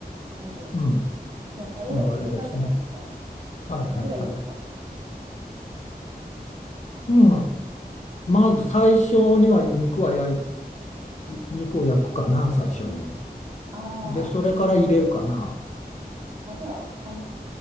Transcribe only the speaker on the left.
うん、
うん割り出しね。はいはいはい。
うん、まず最初には肉は焼い、肉を焼くかな、最初に。
で、それから入れるかな。